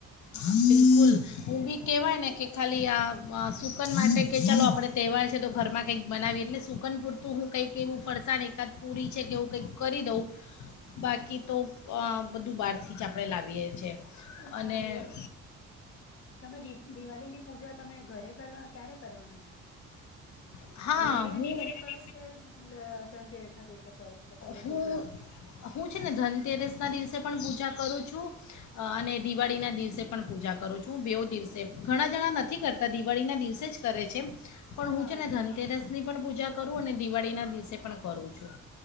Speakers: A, on the left; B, on the left.
A: આપડે કુલ હું બી કેવાય ને કે ખાલી આ સુકન માટે કે ચાલો આપડે તહેવાર છે તો ઘરમાં. કંઈક બનાવી એટલે સુકન પૂરતું હું કંઈક એવું ફરસાણ એકાદ પુરી છે કે એવું કંઈક કરી દઉં બાકી તો આ બધું બહારથી જ આપણે લાવીએ છીએ. અને
B: હા એજ તમે દી દિવાળી ની પૂજા તમે ઘરે કરવા ક્યારે કરવાના છો?
A: હા
B: દિવાળી ના
A: હું
B: દિવસે કરું કે એટલે ધનતેરસ ના દિવસે કરો છો તમે
A: હું
B: પૂજા.
A: હું છે ને ધનતેરસના દિવસે પણ પૂજા કરું છું. અને દિવાળીના દિવસે પણ પૂજા કરું છું, બેવ દિવસે ઘણા જણા નથી કરતા, દિવાળીના દિવસે જ કરે છે. પણ
B: હા
A: હું છે ને, ધનતેરસ ની પણ પૂજા કરું, અને દિવાળીના દિવસે પણ કરું છું.